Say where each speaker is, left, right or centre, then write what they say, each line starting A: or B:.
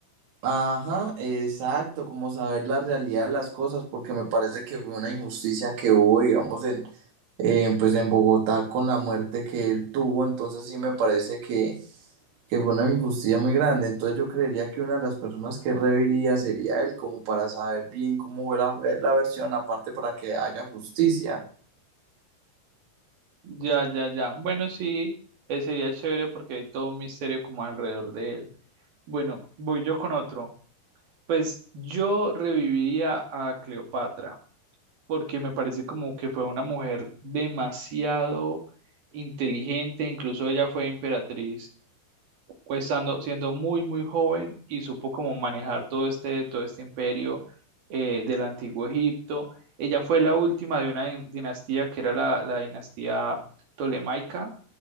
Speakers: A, on the right; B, on the right.
A: Ajá, exacto, como saber la realidad de las cosas, porque me parece que fue una injusticia que hubo, digamos, en, en, pues en Bogotá con la muerte que él tuvo, entonces sí me parece que, que fue una injusticia muy grande, entonces yo creería que una de las personas que reviría sería él, como para saber bien cómo fue la, la versión, aparte para que haya justicia.
B: Ya, ya, ya. Bueno, sí, eh, sería chévere porque hay todo un misterio como alrededor de él. Bueno, voy yo con otro. Pues yo reviviría a Cleopatra. porque me parece como que fue una mujer demasiado inteligente, incluso ella fue emperatriz, pues estando- siendo muy, muy joven y supo como manejar todo este, todo este imperio eh, del antiguo Egipto. Ella fue la última de una din- dinastía que era la, la dinastía tolemaica.